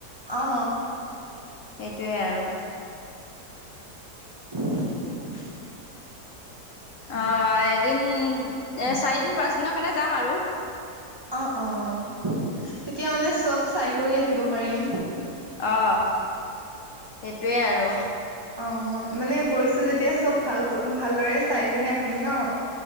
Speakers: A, on the right; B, on the left.
A: অ
B: সেইটোৱে আৰু।
A: <unintelligible>
B: অ' এদিন, এ চাৰিদিন পাঁচদিনৰ কাৰণে যাম আৰু।
A: অ', অ' তেতিয়া মানে চব চাই কৰি আহিব পাৰিম।
B: অ' সেইটোৱে আৰু।
A: অ', অ' মানে গৈছো যেতিয়া, চব ভালকৈ ভালদৰে চাই পিনে আহিম ন'।